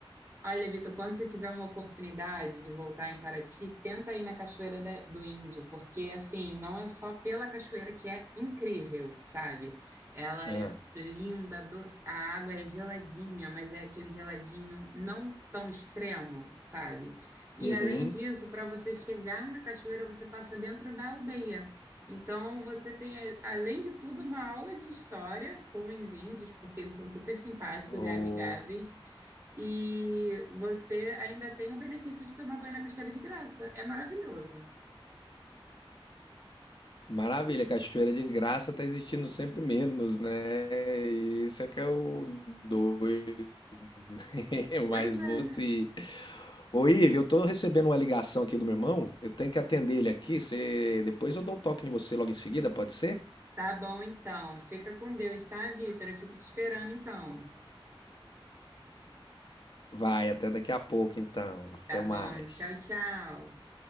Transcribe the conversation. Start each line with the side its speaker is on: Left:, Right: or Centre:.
Right: Olha, Vitor, quando você tiver uma oportunidade de voltar em Paraty, tenta ir na Cachoeira da- do Índio, porque assim, não é só pela cachoeira que é incrível, sabe? Ela
Left: Ah,
Right: é s- linda, doce, a água é geladinha, mas é aquele geladinho não tão extremo, sabe? E
Left: uhum.
Right: além disso, para você chegar na cachoeira, você passa dentro da aldeia. Então, você tem, a- além de tudo, uma aula de história com os índios, porque eles são super simpáticos
Left: Ô,
Right: e amigáveis. E você ainda tem o benefício de tomar banho na cachoeira de graça. É maravilhoso.
Left: Maravilha, Cachoeira de Graça tá existindo sempre menos, né? Isso é que é o doido. <laughs>
Right: Pois
Left: Mas você.
Right: é, né?
Left: Ô, Ive, eu tô recebendo uma ligação aqui do meu irmão. Eu tenho que atender ele aqui. Você... Depois eu dou um toque em você logo em seguida, pode ser?
Right: Tá bom, então. Fica com Deus, tá, Vitor? Eu fico te esperando, então.
Left: Vai, até daqui a pouco então. Até
Right: Tá
Left: mais.
Right: bom. Tchau, tchau.